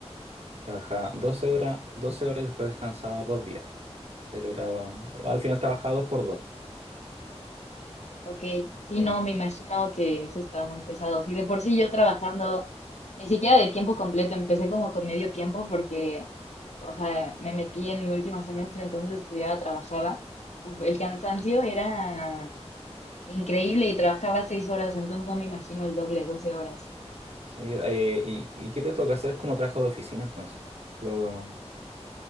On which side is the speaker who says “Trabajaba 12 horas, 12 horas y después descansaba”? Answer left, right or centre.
Right